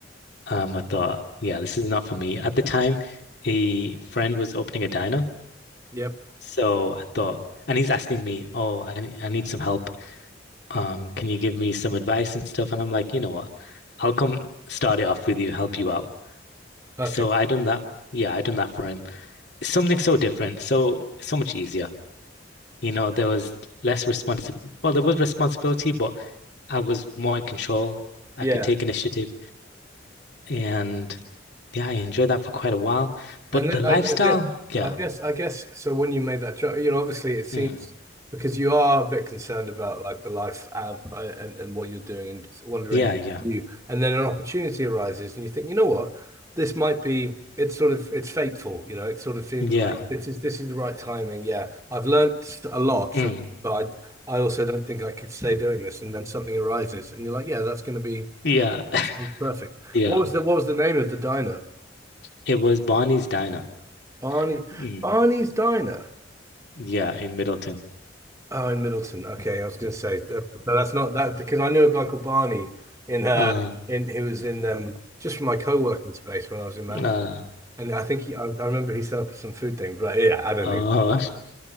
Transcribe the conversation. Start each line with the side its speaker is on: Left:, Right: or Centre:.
Left: Um, I thought, yeah, this is not for me. At the time, a friend was opening a diner.
Right: Yep.
Left: So I thought, and he's asking me, oh, I, ne- I need some help. Um, can you give me some advice and stuff? And I'm like, you know what? I'll come start it off with you, help you out.
Right: Perfect.
Left: So I done that. Yeah, I done that for him. something so different, so so much easier. You know, there was less responsi well, there was responsibility, but I was more in control. I
Right: Yeah.
Left: could take initiative and yeah, I enjoyed that for quite a while. But
Right: And then
Left: the lifestyle,
Right: I, I guess,
Left: yeah.
Right: I guess, I guess. So when you made that joke, you know, obviously it seems
Left: Mm,
Right: because you are a bit concerned about like the life of uh, and and what you're doing and wondering
Left: yeah,
Right: if
Left: yeah.
Right: you, and then an opportunity arises and you think, you know what, this might be. It's sort of it's fateful, you know. It sort of seems
Left: Yeah.
Right: like this is this is the right timing. Yeah, I've learnt a lot from,
Left: Mm,
Right: but I, I also don't think I could stay doing this. And then something arises, and you're like, yeah, that's going to be
Left: yeah. <laughs>
Right: it's perfect.
Left: Yeah.
Right: What was the what was the name of the diner?
Left: It was Barney's Diner.
Right: Barney,
Left: Mm,
Right: Barney's Diner.
Left: yeah, in Middleton.
Right: Oh, in Middleton. Okay, I was going to say that, but that's not that because I knew a guy called Barney in uh
Left: Uh
Right: in who was in um just from my co-working space when I was in Manchester,
Left: uh
Right: and I think he I, I remember he set up some food thing, but yeah, I don't
Left: oh
Right: think.